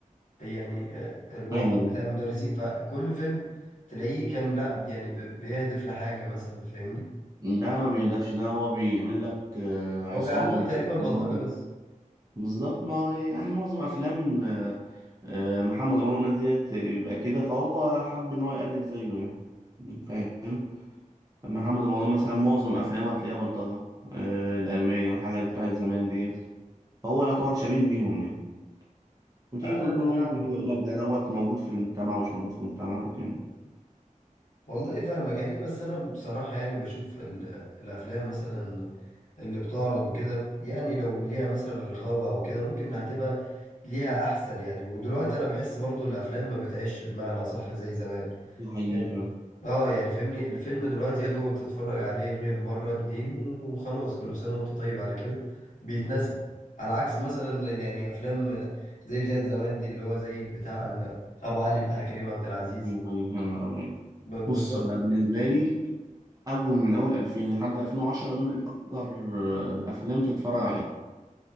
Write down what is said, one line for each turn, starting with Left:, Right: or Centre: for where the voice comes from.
Left: يعني آه، الواقع
Right: ايوه
Left: بتاع المدرسين فكل فيلم تلاقيه كان لا يعني بي- بيهدف لحاجة مثلا فاهمني
Right: ده ما بيهدفش ده هو بيعمل لك آه، عصابه
Left: هو بيعلمك
Right: محترمة.
Left: تقريبا البلطجة بس
Right: بالظبط ما هو يعني معظم افلام آه، آه، محمد رمضان والناس ديت يبقى كده فهو حب ان هو يقلد زيه يعني فاهم محمد رمضان مثلا معظم افلامه هتلاقيها بلطجه آه، الالماني والحاجات بتاعت زمان ديت هو يعتبر شبيه بيهم يعني وتيجي
Left: انا
Right: تقول
Left: انا
Right: له يوم
Left: فاهمك
Right: يقول
Left: والله
Right: لك ده دوت موجود في المجتمع ومش موجود في المجتمع وكده
Left: والله فاهمك يعني بس انا بصراحة يعني بشوف ال- الافلام مثلا اللي بتعرض وكده يعني لو ليها مثلا رقابة او كده ممكن هتبقى ليها احسن يعني ودلوقتي انا بحس برضو الافلام ما بتعيش بمعنى صح زي زمان
Right: ده حقيقي
Left: يعني
Right: فعلا
Left: اه يعني فهمني الفيلم دلوقتي يا دوبك تتفرج عليه غير مرة اتنين وخلاص كل سنة وانت طيب على كده بيتنسى على عكس مثلا يعني افلام زي بتاع زمان دي اللي هو زي بتاع ال- ابو علي بتاع كريم عبد العزيز
Right: الله عليك يا نهار أبيض.
Left: ب- بالظبط
Right: بص أنا بالنسبة لي أول من أول 2000 لحد 2010 دول أكتر آه، أفلام تتفرج عليها